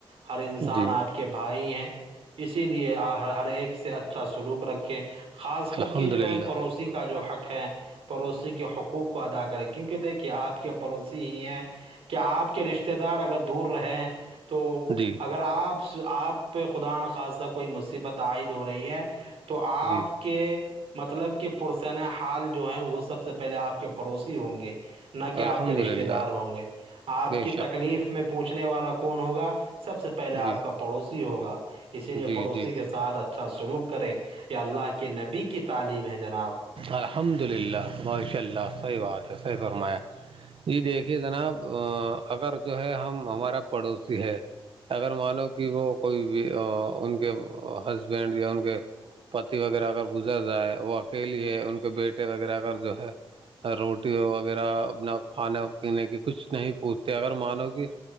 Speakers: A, on the right (about 85°); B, on the right (about 70°).
A: ہر انسان
B: جی
A: آپ کے بھائی ہیں اسی لیے ہر ایک سے اچھا سلوک رکھیں خاص کر
B: الحمد
A: کے جو
B: للہ
A: ہے پڑوسی کا جو حق ہے پڑوسی کے حقوق کو ادا کرے کیونکہ دیکھیے آپ کے پڑوسی ہی ہیں کہ آپ کے رشتے دار اگر دور رہیں تو
B: جی
A: اگر آپ آپ پہ خدا ناخاستہ کوئی مصیبت عائد ہو رہی ہے تو تو آپ
B: جی
A: کے مطلب کہ پرسینہ حال جو ہے وہ سب سے پہلے آپ کے پڑوسی ہوں گے نہ کہ آپ
B: الحمد
A: کے رشتے
B: للہ
A: دار ہوں گے آپ
B: بے
A: کی
B: شک
A: تکلیف میں پوچھنے والا کون ہوگا سب سے پہلے آپ
B: جی
A: کا پڑوسی ہوگا یہ اسی لیے
B: جی
A: پڑوسی
B: جی
A: کے ساتھ اچھا سلوک کرے یہ اللہ کے نبی کی تعلیم ہے جناب
B: الحمد للہ ماشاء اللہ صحیح بات ہے صحیح فرمایا جی دیکھیے جناب اگر جو ہے ہم ہمارا پڑوسی ہے اگر مانو کہ وہ کوئی بھی ان کے ہسبنڈ یا ان کے پتی وغیرہ اگر گزر رہا ہے وہ اکیلی ہے ان کے بیٹے وغیرہ اگر جو ہے روٹی وغیرہ اپنا کھانے پینے کی کچھ نہیں پوچھتے اگر مانو کہ